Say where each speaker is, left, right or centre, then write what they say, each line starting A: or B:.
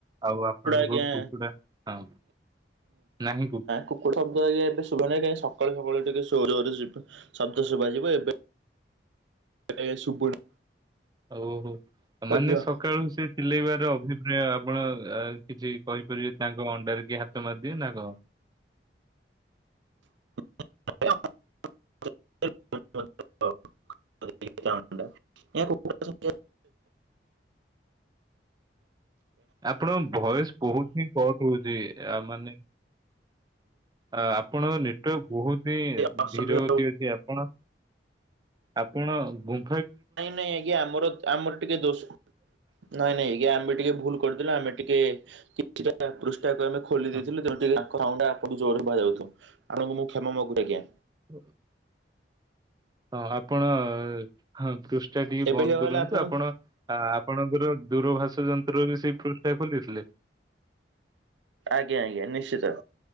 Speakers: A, on the right; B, on the right.
A: ଆଉ ଆପ ଆପଣଙ୍କ
B: ଆଜ୍ଞା
A: କୁକୁଡ଼ା ହଁ ନାହିଁ କୁ
B: କୁକୁଡା ଶବ୍ଦ ଆଜ୍ଞା ଏବେ ଶୁଭୁ ନାହିଁ, କାହିଁ ସକାଳୁ ସକାଳୁ ଟିକେ ଜୋର୍ ଜୋର୍ ଶୁଭେ ଶବ୍ଦ ଶୁଭାଯିବ। ଏବେ ଟିକେ ଏ ନେଇ ଆ ଶୁଭୁନି।
A: ଓହୋ। ମାନେ
B: ଆଜ୍ଞା।
A: ସକାଳୁ ସେ ଚିଲେଇବାର ଅଭିପ୍ରାୟ ଆପଣ କିଛି କହିପାରିବେ? ତାଙ୍କ ଅଣ୍ଡାରେ କିଏ ହାତ ମାରିଦିଏ ନା କଣ?
B: <unintelligible> <unintelligible> ଅଣ୍ଡାରେ। ଏହା କୁକୁଡ଼ା ସଂଖ୍ୟା
A: ଆପଣଙ୍କ ଭଏସ ବହୁତ ହିଁ କଟ ହଉଛି। ଆ ମାନେ ଆ ଆପଣଙ୍କ ନେଟୱାର୍କ ବହୁତ ହିଁ
B: ଅସଭ୍ୟ
A: ଧୀର ଗତି ଅଛି, ଆପଣ ଆପଣ ଗୁମ୍
B: ନାଇଁ ନାଇଁ ଆଜ୍ଞା, ଆମର ଆମର ଟିକେ ଦୋଷ ନାଇଁ ନାଇଁ ଆଜ୍ଞା, ଆମେ ଟିକେ ଭୁଲ କରିଦେଲୁ, ଆମେ ଟିକେ କିଛିଟା ପୃଷ୍ଠାକୁ ଆମେ ଖୋଲି
A: ହଁ।
B: ଦେଇଥିଲୁ। ତେଣୁ ଟିକେ ସାଉଣ୍ଡଟା ଆପଣଙ୍କୁ ଜୋରରେ ଶୁଭା ଯାଉଥିବ। ଆପଣଙ୍କୁ ମୁଁ କ୍ଷମା ମାଗୁ ଆଜ୍ଞା।
A: ହଁ। ହଁ, ଆପଣ ହଁ, ପୃଷ୍ଠା ଟିକେ
B: ଏବେ
A: ବନ୍ଦ
B: ଠିକ
A: କରନ୍ତୁ।
B: ହେଲା ଆପଣଙ୍କୁ
A: ଆପଣ ଆପଣଙ୍କର ଦୂରଭାଷ ଯନ୍ ଯନ୍ତ୍ରରେ ସେଇ ପୃଷ୍ଠା ଖୋଲିଥିଲେ?
B: ଆଜ୍ଞା ଆଜ୍ଞା ନିଶ୍ଚିତ।